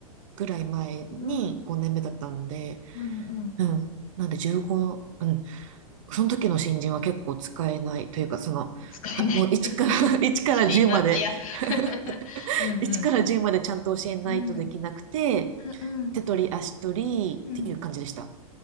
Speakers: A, on the right; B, on the left.
A: ぐらい前に5年目だったので、
B: うん。うんうん。
A: うん。なんで15、うん。その時の新人は結構使えないというか、その、
B: 使えない。
A: はもう1から1
B: <laughs>
A: <laughs> から10まで
B: 辛辣や。<laughs>
A: <laughs>
B: うんうん。
A: 1から1までちゃんと教えないとできなくて、
B: うん。うんうん。
A: 手取り足取りっていう感じでした。
B: うん。